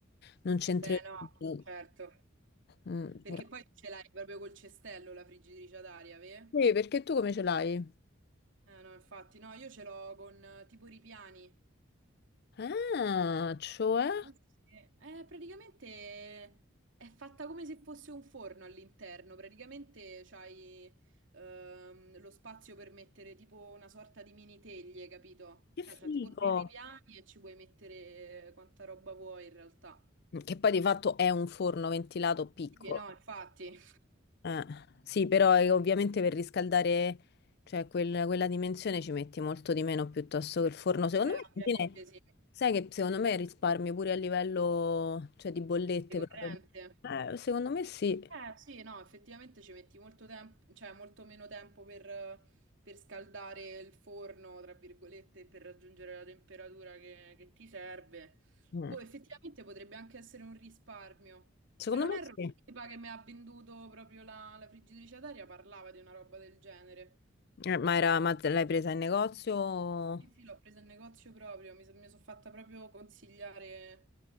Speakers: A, on the left; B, on the right.
A: non c'entrerebbe.
B: Beh, no, certo.
A: Mm,
B: Perché
A: però-
B: poi ce l'hai proprio col cestello la friggitrice ad aria, vero?
A: Sì, perché tu come ce l'hai?
B: Eh no, infatti, no, io ce l'ho con eh, tipo ripiani.
A: Ah, cioè?
B: Eh sì. Eh, praticamente è fatta come se fosse un forno all'interno, praticamente c'hai ehm, lo spazio per mettere tipo una sorta di mini teglie, capito?
A: Che
B: Cioè
A: figo!
B: c'ha tipo tre ripiani e ci puoi mettere quanta roba vuoi in realtà.
A: Che poi di fatto è un forno ventilato piccolo.
B: Sì, no, infatti,
A: Eh, sì, però eh, ovviamente per riscaldare, cioè quel- quella dimensione ci metti molto di meno piuttosto che il forno. Secondo
B: Eh,
A: me,
B: ovviamente
A: alla fine,
B: sì,
A: sai che secondo me risparmio pure a livello, cioè, di bollette
B: di corrente.
A: proprio. Eh, secondo me sì.
B: Eh sì, no, effettivamente ci metti molto tempo, cioè molto meno tempo per, per scaldare il forno, tra virgolette, per raggiungere la temperatura che, che ti serve.
A: Mm.
B: Boh, effettivamente potrebbe anche essere un risparmio.
A: Secondo
B: Se non
A: me
B: erro,
A: sì.
B: la tipa che mi ha venduto proprio la, la friggitrice ad aria parlava di una roba del genere.
A: Eh, ma era- ma te l'hai presa in negozio?
B: Sì, sì, l'ho presa in negozio proprio, mi, sono fatta proprio consigliare